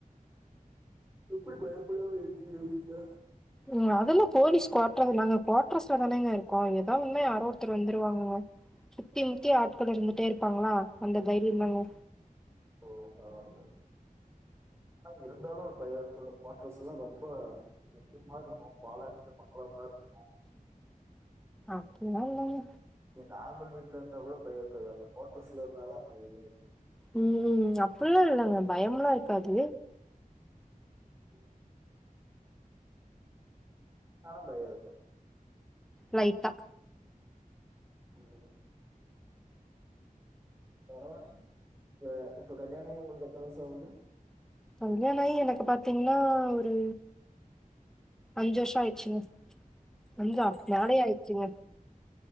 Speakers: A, on the right; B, in the centre.
A: எப்டி பயப்படாம இருக்கீங்க வீட்ல
B: ம் அதெல்லா போலீஸ் க்வாட்டர்ஸ் தாங்க குவாட்ரஸ்ல தானங்க இக்கோ எதா ஒன்னு யாரோ ஒருத்தர் வந்துருவாங்கங்க சுத்தி முத்தி ஆட்கள் இருந்துட்டே இருப்பாங்களா அந்த தைரியோ தாங்க
A: ஓ பறவால ஆனா இருந்தாலு ஒரு பயோ இருக்கோல கோட்ரஸ் எல்லா ரொம்ப பிளட்ஜ் மாரி இருக்கோ பாலடைஞ்ச பங்ளா மாரி இருக்
B: அப்டிலா இல்லங்க
A: நீ நார்மல் வீட்ல இருந்தா கூட பயோ இருக்காது அந்த கோட்ரஸ்ல இருந்தாதா பயமே இருக்
B: ம் அப்புல்லா இல்லங்க பயம்லா இருக்காது
A: ம் ஆனா பயோ இருக்கோ
B: லைட்டா
A: ம் பரவாலய்ங்க இப்ப இப்போ கல்யாணோ ஆய் உங்குளுக்கு எத்தன வர்ஷோ ஆவுது
B: கல்யாணோ ஆய் எனக்கு பாத்தீங்கன்னா ஒரு அஞ்சு வர்ஷோ ஆய்றுச்சுங்க அஞ்சா நாலே ஆய்றுச்சுங்க